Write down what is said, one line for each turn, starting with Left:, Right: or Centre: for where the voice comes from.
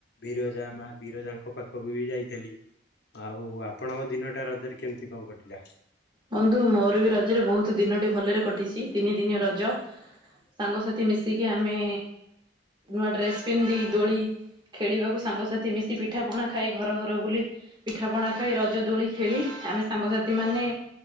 Left: ବିରଜା ମା ବିରଜାଙ୍କ ପାଖକୁ ବି ଯାଇଥିଲି। ଆଉ ଆପଣଙ୍କ ଦିନ ଟା ରଜରେ କେମିତି କଣ କଟିଲା?
Right: ବନ୍ଧୁ ମୋର ବି ରଜରେ ବୋହୁତ ଦିନଟି ଭଲରେ କଟିଛି ତିନି ଦିନିଆ ରଜ। ସାଙ୍ଗସାଥି ମିଶିକି ଆମେ ନୂଆ ଡ୍ରେସ ପିନ୍ଧି ଦୋଳି। ଖେଳିବାକୁ ସାଙ୍ଗସାଥି ମିଶି ପିଠା ପଣା ଖାଇ ଘର ଘର ବୁଲି ପିଠା ପଣା ଖାଇ ରଜ ଦୋଳି ଖେଳି ଆମେ ସାଙ୍ଗସାଥି ମାନେ-